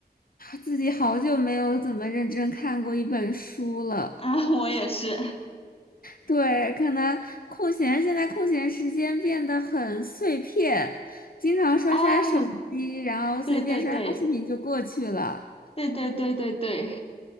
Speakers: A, on the left; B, on the left.
A: 自己好久没有怎么认真看过一本书了。
B: <laughs> 啊，我也是
A: 对，可能空闲，现在空闲时间变得很碎片，经常刷刷手机，
B: 啊，
A: 然后随便刷刷视频就过去了。
B: 对对对对对对对对，